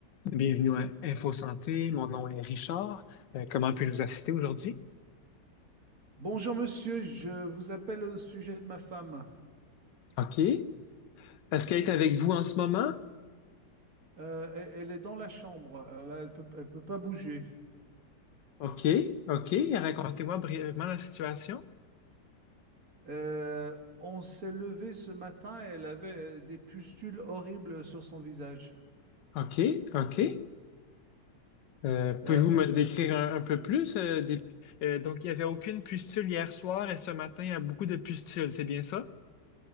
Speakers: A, on the left; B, on the right.
A: Bienvenue à Info Santé. Mon nom est Richard. Euh, comment puis-je vous assister aujourd'hui?
B: Bonjour monsieur, je vous appelle au sujet de ma femme.
A: OK. Est-ce qu'elle est avec vous en ce moment?
B: Euh, elle, elle est dans la chambre, elle, elle peut, elle peut pas bouger.
A: OK, OK. Racontez-moi brièvement la situation.
B: Euh, on s'est levé ce matin et elle avait euh, des pustules horribles sur son visage.
A: OK, OK. Euh, pouvez-vous
B: Euh,
A: me décrire
B: euh,
A: un, un peu plus? euh, des- euh, donc, il n'y avait aucune pustule hier soir et ce matin, il y a beaucoup de pustules, c'est bien ça?